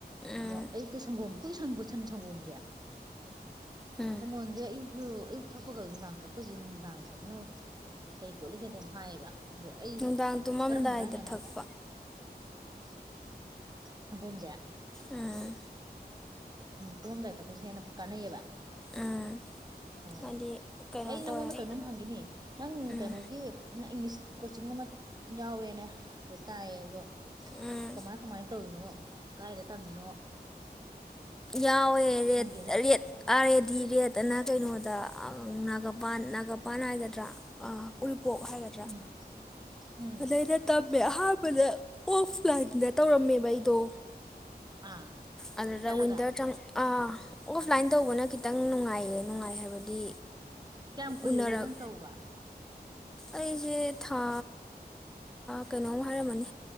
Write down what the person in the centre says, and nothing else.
ꯎꯝ
ꯎꯝ
ꯅꯨꯡꯗꯥꯡ ꯇꯨꯝꯃꯝꯗꯥꯏꯗ
ꯊꯛꯄ
ꯎꯝ
ꯎꯝ
ꯍꯥꯏꯗꯤ ꯀꯩꯅꯣ
ꯇꯧꯋꯦꯕ
ꯎꯝ
ꯎꯝ
ꯌꯥꯎꯋꯦ ꯔꯦꯠ
rate R A D rate ꯇꯅ ꯀꯩꯅꯣꯗ ꯒꯄꯥꯟ ꯅꯥꯒꯥꯄꯥꯟ ꯍꯥꯏꯒꯗ꯭ꯔꯥ ꯣꯛ ꯍꯥꯏꯒꯗ꯭ꯔꯥ
ꯑꯗ ꯑꯩꯅ ꯇꯝꯃꯦ ꯑꯍꯥꯟꯕ ꯗ ꯑꯣꯐ ꯂꯥꯏꯟꯗ ꯇꯧꯔꯝꯃꯦꯕ ꯑꯩꯗꯣ
ꯑꯗꯨꯗ
ꯋꯤꯟꯇꯔ ꯆꯪ ꯑꯥ ꯑꯣꯐꯂꯥꯏꯟ ꯇꯧꯕꯅ ꯈꯤꯇꯪ ꯅꯨꯡꯉꯥꯏ ꯍꯥꯏꯕꯗꯤ
ꯎꯅꯔꯛ
ꯑꯩꯁꯦ ꯊꯥ ꯀꯩꯅꯣꯃ ꯍꯥꯏꯔꯝꯃꯅꯤ